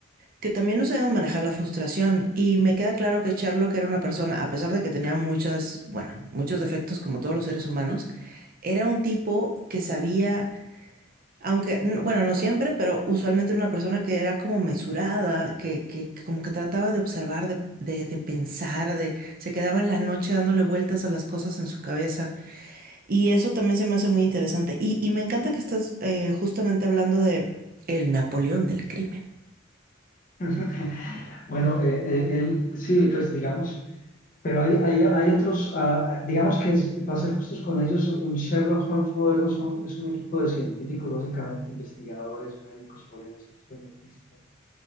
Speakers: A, on the right; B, on the left.
A: que también no sabemos manejar la frustración. Y me queda claro que Sherlock era una persona, a pesar de que tenía muchas, bueno, muchos defectos como todos los seres humanos, era un tipo que sabía aunque, n- bueno, no siempre, pero usualmente era una persona que era como mesurada, que, que, que como que trataba de observar, de, de, de pensar, de, se quedaba en la noche dándole vueltas a las cosas en su cabeza. Y eso también se me hace muy interesante. Y, y me encanta que estás eh, justamente hablando de el Napoleón del crimen.
B: <laughs> Bueno, eh, eh, él sí, pues digamos, pero hay, hay, hay otros, ah, digamos que es- para ser justos con ellos, un Sherlock Holmes moderno son, es un equipo de científicos, básicamente investigadores, médicos forenses, genetistas